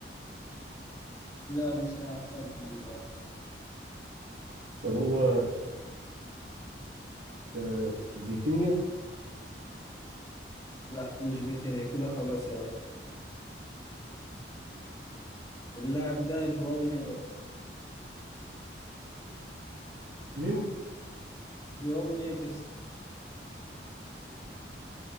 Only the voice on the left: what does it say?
لا مش لاعب صد من ولا حاجة
لا مش فيتينيا كده خلاص يا باشا اللاعب ده جواو نيفيس
جواو نيفيس